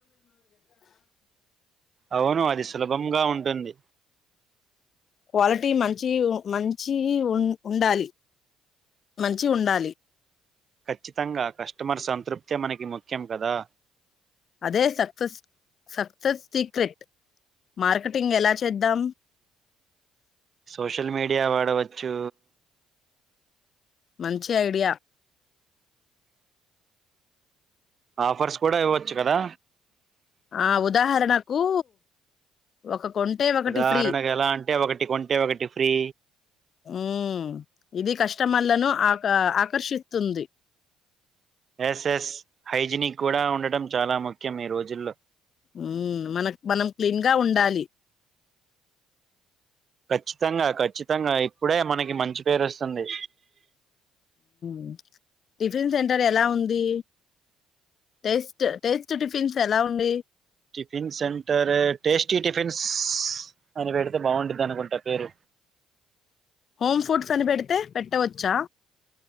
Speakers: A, on the right; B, on the left.
A: అవును అది సులభంగా ఉంటుంది
B: క్వాలిటీ మంచి మంచి ఉం-ఉండాలి మంచి ఉండాలి
A: ఖచ్చితంగా కస్టమర్ సంతృప్తే మనకి ముఖ్యం కదా
B: అదే సక్సెస్ సక్సెస్ సీక్రెట్ మార్కెటింగ్ ఎలా చేద్దాం
A: సోషల్ మీడియా వాడవచ్చూ
B: మంచి ఐడియా
A: ఆఫర్స్ కూడా ఇవ్వచ్చు కదా
B: ఆ ఉదాహరణకు ఒక కొంటే ఒకటి
A: ఉదాహరణకు
B: ఫ్రీ
A: ఎలా అంటే ఒకటి కొంటే ఒకటి ఫ్రీ
B: ఆ ఇది కస్టమర్లను ఆకా ఆకర్షిస్తుంది
A: ఎస్ ఎస్ హైజినిక్ కూడా ఉండటం చాలా ముఖ్యం ఈ రోజుల్లో
B: మ్మ్. మన మనం క్లీన్ గా ఉండాలి
A: ఖచ్చితంగా ఖచ్చితంగా ఇప్పుడే మనకి మంచి పేరు వస్తుంది
B: మ్ టిఫిన్ సెంటర్ ఎలా ఉంది టేస్ట్ టేస్ట్ టిఫిన్స్ ఎలా ఉంది
A: టిఫిన్ సెంటర్ టేస్టీ టిఫిన్స్ అని పెడితే బాగుంటది అనుకుంటా పేరు
B: హోమ్ ఫుడ్స్ అనిపెడితే పెట్టవచ్చా